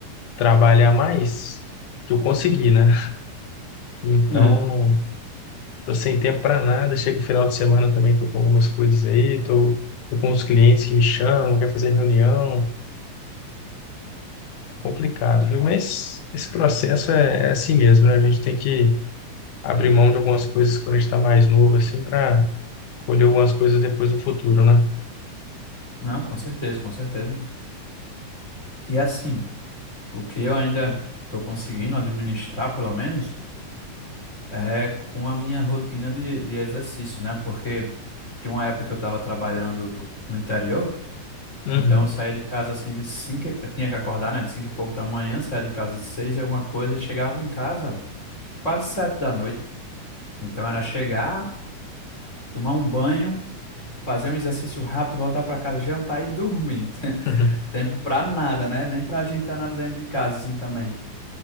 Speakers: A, on the left; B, on the left.
A: trabalhar mais que eu consegui, né? Então,
B: <laughs>
A: tô sem tempo para nada. Chega o final de semana também, tô com algumas coisas aí, tô, tô com os clientes que me chamam, quer fazer reunião, é complicado, viu? Mas esse processo é, é assim mesmo, né? A gente tem que abrir mão de algumas coisas quando a gente tá mais novo, assim, para colher algumas coisas depois no futuro, né?
B: Não, com certeza, com certeza. E assim, o que eu ainda tô conseguindo administrar, pelo menos, é com a minha rotina de, de exercícios, né? Porque tinha uma época que eu tava trabalhando no interior,
A: Uhum.
B: então eu saía de casa assim de cinco, e- eu tinha que acordar, né, de cinco e pouco da manhã, saía de casa de seis e alguma coisa e chegava em casa quase sete da noite. Então era chegar, tomar um banho fazer um exercício rápido, voltar para casa, jantar e dormir.
A: <laughs>
B: <laughs> Tempo para nada, né? Nem para ajeitar nada dentro de casa, assim também.